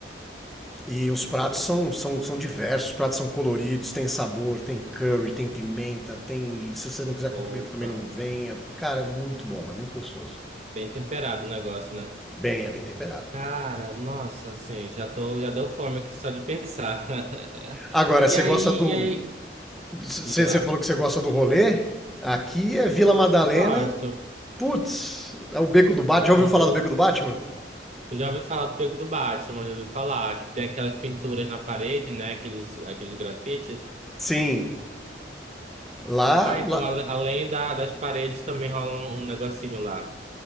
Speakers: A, in the centre; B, on the right (about 35°).
A: E os pratos são, são, são diversos, os pratos são coloridos, tem sabor, tem curry, tem pimenta, tem. Se você não quiser com
B: Opa,
A: pimenta também não venha. Cara, é muito bom, é muito gostoso.
B: bem temperado o negócio, né?
A: Bem, é bem temperado.
B: Cara, nossa, assim, já tô, já deu fome aqui só de pensar. <laughs>
A: Agora,
B: E
A: você
B: aí,
A: gosta do.
B: e aí,
A: Você
B: diga lá.
A: você falou que você gosta do rolê? Aqui é Vila Madalena.
B: Eu gosto.
A: Putz, é o Beco do Batman.
B: É o
A: Já ouviu
B: ponto,
A: falar do Beco do Batman?
B: eu já ouvi falar do Pego do Batman, já ouvi falar que tem aquelas pinturas na parede, né? Aqueles, aqueles grafites.
A: Sim. Lá,
B: Ah, então
A: lá
B: ale- além da- das paredes também rola um, um negocinho lá.